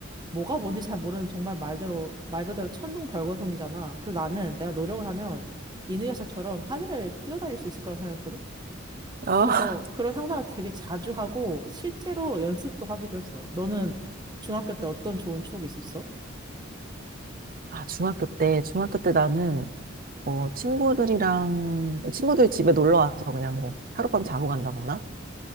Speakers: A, on the right; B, on the right.
A: 뭐가 뭔지 잘 모르는 정말 말대로, 말 그대로 천둥벌거성이잖아. 그래서 나는 내가 노력을 하면 이누야샤처럼 하늘을 뛰어다닐 수 있을 거라고 생각했거든?
B: 아,
A: 그래서 그런 상상을 되게 자주 하고 실제로 연습도 하기도 했어. 너는 중학교 때 어떤 좋은 추억이 있었어?
B: 아, 중학교 때 중학교 때 나는 어 친구들이랑 친구들 집에 놀러 와서 그냥 뭐 하룻밤 자고 간다거나